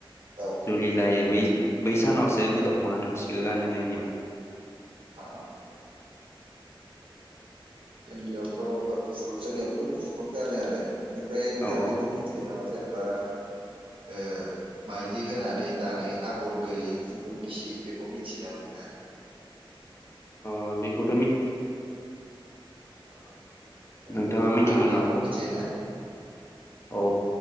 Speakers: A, on the right (about 70°); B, on the left (about 30°).
A: औ
B: जुलि जायो बै बै सानावसो द दखना थावसिखौ गानो जोंनियाव।
A: अ जोंनियावथ'बा गुफुर जोंनियावथ' बे गुफुरखौनो गानो आरो। ओमफ्राय नोंथाङा
B: औ औ
A: बेखौ मिथियो नामा जेनेबा ओ माइदि होनानै दानाय आगर गैयै खुन्दुं मिसि बेखौ मिथियो नामा नोंथाङा? <inaudible>
B: अ बेखौ
A: अह
B: नोंथाङा मिथिगौ
A: माथाखौ
B: नामा
A: मिथियो ना?
B: औ